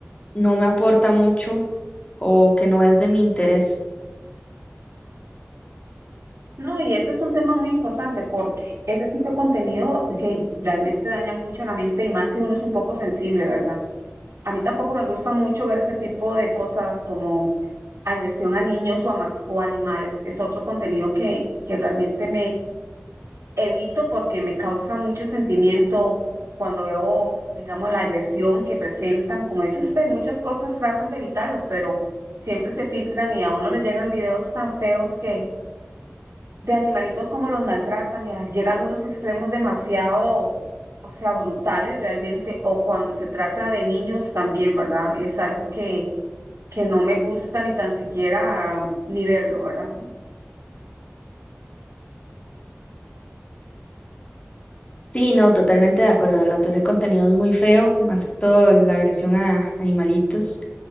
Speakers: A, on the left (about 25°); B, on the right (about 85°).
A: no me aporta mucho o que no es de mi interés.
B: No, y ese es un tema muy importante porque ese tipo de contenido que realmente daña mucho la mente y más si uno es un poco sensible, ¿verdad? A mí tampoco me gusta mucho ver ese tipo de cosas como agresión a niños o a, mas- o animales. Es otro contenido que, que realmente evito porque me causa mucho sentimiento cuando veo, digamos, la agresión que presentan. Como dice usted, muchas cosas tratan de evitarlo, pero siempre se filtran y a uno le llegan videos tan feos que de animalitos como los maltratan, y a- llegan a unos extremos demasiado, o sea, brutales realmente, o cuando se trata de niños también, ¿verdad? Es algo que, que no me gusta ni tan siquiera ah, ni verlo, ¿verdad?
A: Sí, no, totalmente de acuerdo, ¿verdad? Te hace contenido es muy feo, más que todo la agresión a animalitos